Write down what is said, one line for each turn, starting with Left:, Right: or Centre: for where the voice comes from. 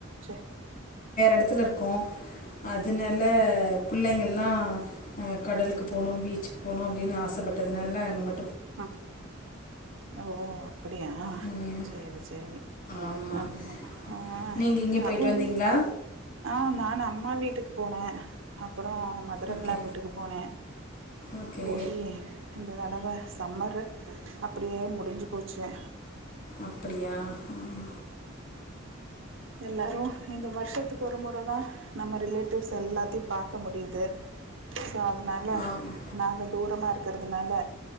Right: ச
Left: எடத்துல இருக்கோ அதனால பிள்ளைங்க நா கடலுக்கு போனு பீச்சுக் போனு அப்படின்னு ஆசைப்பட்டதுனால அங்க ம
Right: ஆ ஓ அப்புடியா
Left: ம்,
Right: சேரி சேரி
Left: ஆமாம்
Right: ஆமா ஆ
Left: நீங்கள்
Right: இந்த
Left: எங்கேயும் போயிட்டு
Right: அதுவு
Left: வந்தீங்களா
Right: அமா ஆமா ம்மா வீட்டுக்கு போனே அப்போ அப்புறோ மதுரின்ல்லா
Left: ஓகே
Right: வீட்டுக்கு போனே
Left: ஓகே
Right: போவிலியே இங்கதா ரவா சம்மரு அப்புடியே முடிஞ்சு போச்சே
Left: அப்புடியா ம்
Right: எல்லாரு இந்த வருஷத்துக்கு ஒருமுற ப்புற நம்ம ரிலேட்டிவ்ஸ் எல்லாத்தையு பாக்க முடியுது தோ அதனால
Left: ஆ
Right: நாங்க தூரமா இருக் கருதுனால